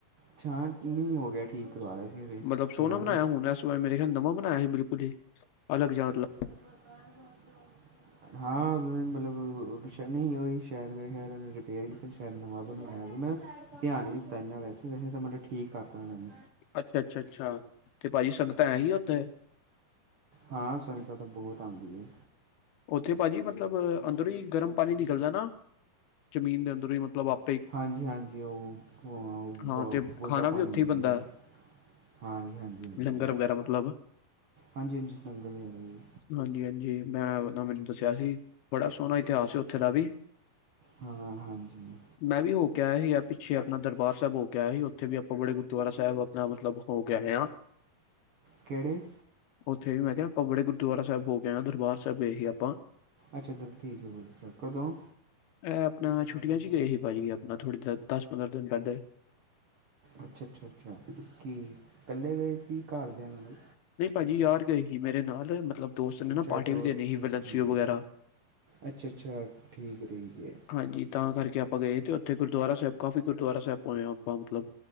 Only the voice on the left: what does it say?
ਮਤਲਬ ਸੋਹਣਾ
ਬਣਾਇਆ
ਹੁਣ ਇਸ ਮੇਰੇ ਖਿਆਲ ਨਵਾ ਬਣਾਇਆ ਸੀ, ਬਿਲਕੁਲ ਹੀ ਅਲਗ ਜਾ ਮਤਲਬ
<unintelligible>
ਅੱਛਾ, ਅੱਛਾ, ਅੱਛਾ, ਤੇ ਭਾਜੀ ਸੰਗਤਾਂ ਹੈ ਹੀ ਉੱਥੇ
ਉੱਥੇ ਭਾਜੀ ਮਤਲਬ, ਅੰਦਰੋਂ ਹੀ ਗਰਮ ਪਾਣੀ ਨਿਕਲਦਾ ਨਾ ਜਮੀਨ ਦੇ ਅੰਦਰੋਂ ਹੀ ਮਤਲਬ ਆਪ
ਹਾਂ
ਤੇ ਖਾਣਾ ਵੀ
ਉੱਥੇ
ਹੀ ਬਣਦਾ
ਲੰਗਰ ਵਗੈਰਾ ਮਤਲਬ
ਹਾਂਜੀ ਹਾਂਜੀ ਮੈਂ ਉਹਨਾਂ ਮੈਨੂੰ ਦੱਸਿਆ ਸੀ ਬੜਾ ਸੋਹਣਾ ਇਤਿਹਾਸ ਸੀ ਉੱਥੇ ਦਾ ਵੀ।
ਮੈਂ ਵੀ ਹੋ ਕੇ ਆਇਆ ਸੀ ਯਾਰ ਪਿੱਛੇ ਆਪਣਾ ਦਰਬਾਰ ਸਾਹਿਬ ਹੋ ਕੇ ਆਇਆ ਸੀ ਉੱਥੇ ਵੀ ਉਹ ਬੜੇ ਗੁਰਦੁਆਰਾ ਸਾਹਿਬ ਆਪਣਾ ਮਤਲਬ ਹੋ ਕੇ ਆਏ ਆ।
ਉੱਥੇ ਵੀ ਮੈਂ ਕਿਹਾ ਆਪਾਂ ਬੜੇ ਗੁਰਦੁਆਰਾ ਸਾਹਿਬ ਹੋ ਕੇ ਆਏ ਆ। ਦਰਬਾਰ ਸਾਹਿਬ ਗਏ ਸੀ ਆਪਾਂ।
ਇਹ ਆਪਣਾ ਛੁੱਟੀਆਂ ਚ ਹੀ ਗਏ ਸੀ ਭਾਜੀ ਆਪਣਾ ਥੋੜ੍ਹੀ ਦਸ ਪੰਦਰਾਂ ਦਿਨ। ਲਗ ਗਏ।
ਨਹੀਂ ਭਾਜੀ ਯਾਰ ਗਏ ਸੀ ਮੇਰੇ ਨਾਲ ਮਤਲਬ ਦੋਸਤ ਨੇ ਨਾ
ਪਾਰਟੀ
ਦੇਣੀ
ਸੀ ਵਲੈਂਸੀਓ
ਵਗੈਰਾ।
ਹਾਂਜੀ ਤਾਂ ਕਰਕੇ ਆਪਾਂ ਗਏ ਤੇ ਉੱਥੇ ਗੁਰਦੁਆਰਾ ਸਾਹਿਬ ਕਾਫੀ ਗੁਰਦੁਆਰਾ ਸਾਹਿਬ ਹੋਏ ਹਾਂ ਆਪਾਂ ਮਤਲਬ।